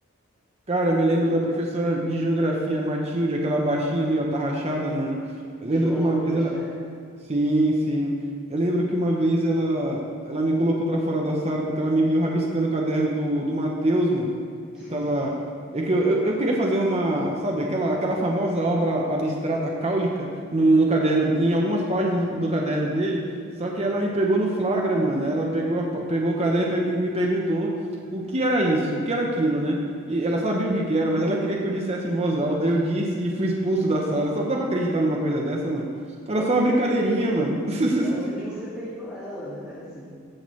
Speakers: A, on the right; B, in the centre.
A: Cara, eu me lembro da professora de geografia, Matilde, aquela baixinha meio atarrachada, mano. Eu
B: De
A: lembro
B: óculos,
A: que uma vez ela,
B: né?
A: Sim, sim. Eu lembro que uma vez ela, ela me colocou pra fora da sala porque ela me viu rabiscando o caderno do, do Matheus, mano.
B: <laughs>
A: Eu tava. É que eu, eu, eu queria fazer uma, sabe, aquela, aquela famosa obra abstrata cáulica no, no caderno, em algumas páginas do, do caderno dele, só que ela me pegou no flagra, mano. Ela pegou, a pa- pegou o caderno e pe- e me perguntou o que era isso, o que era aquilo, né? E ela sabia o que que era, mas ela queria que eu dissesse em voz alta. Eu disse e fui expulso da sala. Só dá pra acreditar numa coisa
B: É,
A: dessa, mano? Era
B: pelo
A: só uma
B: menos,
A: brincadeirinha, mano. <laughs>
B: pelo menos você peitou ela, né? Assim.